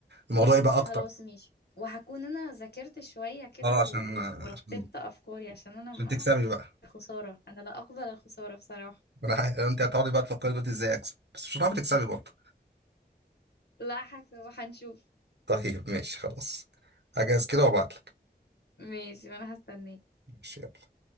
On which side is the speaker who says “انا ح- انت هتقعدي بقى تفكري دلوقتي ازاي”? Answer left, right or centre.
Right